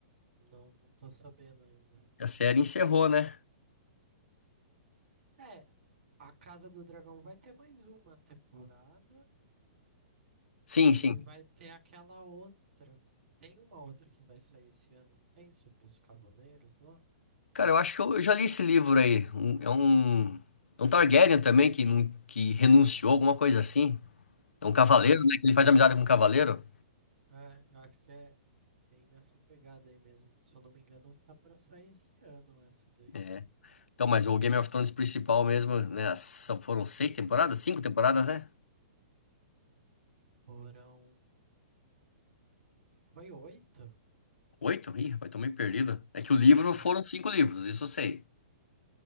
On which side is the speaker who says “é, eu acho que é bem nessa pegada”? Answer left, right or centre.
Right